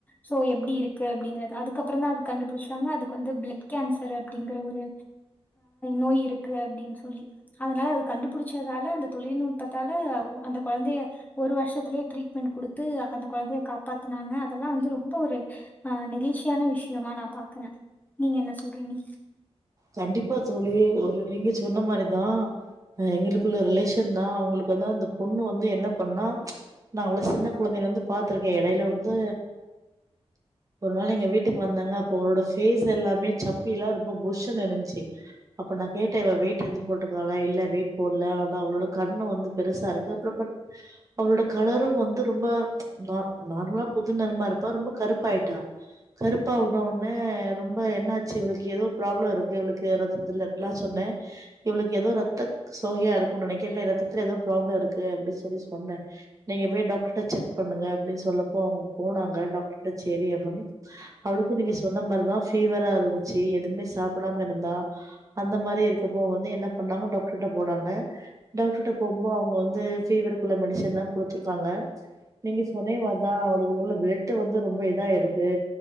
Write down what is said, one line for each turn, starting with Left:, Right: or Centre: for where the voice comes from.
Left: சோ எப்டி இருக்கு அப்படிங்கிறதுக்கப்புறம் தான் அத கண்டு பிடிச்சாங்க அதுக்கு வந்து பிளட் கேன்சர் அப்படின்கிற ஒரு நோய் இருக்கு அப்டின்னு சொல்லி அதனால அத கண்டுபுடிச் தால அந்த தொழில்நுட்பத்தால அந்த கொழந்தய ஒரு வருஷத்திலயே ட்ரீட்மெண்ட் குடுத்து அந்த கொழந்தய காப்பாத்தனாங்க அதெல்லாம் வந்து ரொம்ப ஒரு அஹ் நெகிழ்ச்சியான விஷயமா நான் பாக்கறேன் நீங்க என்ன சொல்றீங்க
Right: கண்டிப்பா தோழி ஒரு நீங்க சொன்ன மாதிரிதான் ஹ் எங்களுக்குள்ள ரிலேஷன் தான் அவங்களுக்கு வந்து அந்த பொண்ணு வந்து என்ன பண்ணா நான் அவ்ள சின்ன கொழந்தயில இருந்து பாத்ருக்கே எடையில வந்து ஒரு நாள் எங்க வீட்டுக்கு வந்தாங்க அப்ப அவளோட ஃபேஸ் எல்லாமே சப்பி எல்லாம் ரொம்ப புஷ் ன்னு இருந்துச்சு அப்ப நான் கேட்டேன் இவ வெயிட் எதும் போட்ருக்காளா இல்ல வெயிட் போடல ஆனா அவளோட கன்னம் வந்து பெருசா இருக்கு அவளோட கலரும் வந்து ரொம்ப நார் நார்மலா புது நிறமா இருப்பா ரொம்ப கருப்பாய்ட்டா கருப்பான ஒடனே ரொம்ப என்னாச்சு இவளுக்கு ஏதோ ப்ராப்ளம் இருக்கு இவளுக்கு ரத்தத்தில நா சொன்னேன் இவளுக்கு ஏதோ ரத்த சோகையா இருக்கும் நினைக்கறே இல்ல ரத்தத்துல ஏதோ ப்ராப்ளம் இருக்கு அப்படி சொல்லி சொன்னேன் நீங்க போய் டாக்டர்ட்ட செக் பண்ணுங்க அப்படின்னு சொன்னப்போ அவங்க போனாங்க டாக்டர்கிட்ட சரி அப்படின்னு அவளுக்கும் நீங்க சொன்ன மாதிரிதான் ஃபீவரா இருந்துச்சு எதுவுமே சாப் டாம இருந்த அந்த மாரி இருக்கப்போ வந்து என்ன பண்ணாங்க டாக்டர்கிட்ட போனாங்க டாக்டர்கிட்ட போகும்போ அவங்க வந்து ஃபீவருக்குள்ள மெடிசன் எல்லாம் குடுத்துருக்காங்க நீங்க சொன்னேவா தான் அவளுக்கு உள்ள பிளட் வந்து ரொம்ப இதா இருக்கு